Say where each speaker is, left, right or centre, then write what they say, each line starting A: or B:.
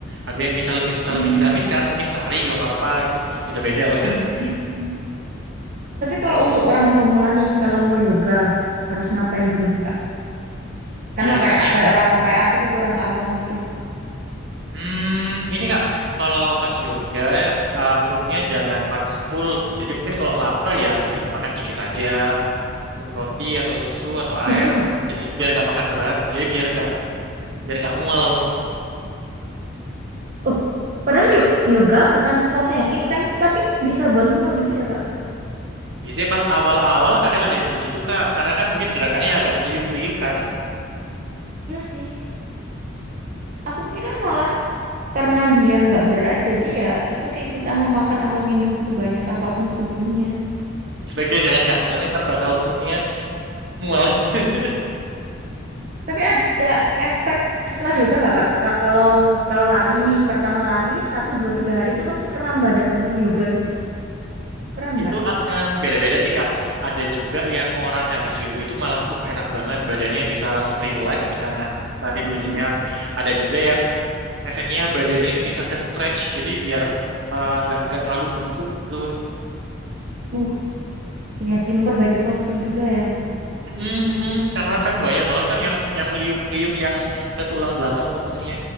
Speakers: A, on the right (about 60°); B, on the right (about 40°).
A: Ada yang bisa lebih suka
B: hmm,
A: lebih dinamis kan, mungkin lari atau apa gitu. Beda-beda. <laughs>
B: jadi. tapi kalau untuk orang pemula nih kalau mau yoga harus ngapain dulu nih kak karena
A: Biasanya
B: kayak kayak
A: ada.
B: orang kayak aku kurang awam gitu
A: Hmm, ini Kak, kalau pas yoga eh, perutnya jangan pas full. Jadi mungkin kalau lapar ya mungkin makan dikit aja, mungkin roti atau susu atau
B: butuh
A: air. Jadi biar nggak makan berat, jadi biar nggak biar nggak mual.
B: oh padahal yo- yoga bukan sesuatu yang intens tapi bisa buat mual gitu ya kak
A: Biasanya pas awal-awal kadang ada juga gitu Kak, karena kan mungkin gerakannya agak meliuk-liuk kan.
B: ya sih aku kira malah karena dia nggak berat jadi ya it's okay kita mau makan atau minum sebanyak apapun sebelumnya
A: Sebaiknya jangan Kak, soalnya ntar bakal perutnya mual. <laughs>
B: tapi ada efek setelah yoga nggak kak kalau kalau lari nih pertama lari satu dua tiga hari itu pasti kram badan kalau yoga gitu kram
A: Itu
B: nggak
A: akan beda-beda sih Kak. Ada juga yang orang habis yoga itu malah uh enak banget badannya bisa langsung relax, bisa ngan eh, tidur
B: Hmm.
A: nyenyak. Ada juga yang efeknya badannya itu bisa ke stretch, jadi biar eh, nggak nggak terlalu bungkuk gitu.
B: uh iya sih memperbaiki postur juga ya
A: Mm, mm. Karena kan banyak banget kan yang yang meliuk-liuk yang ke tulang belakang fokusnya.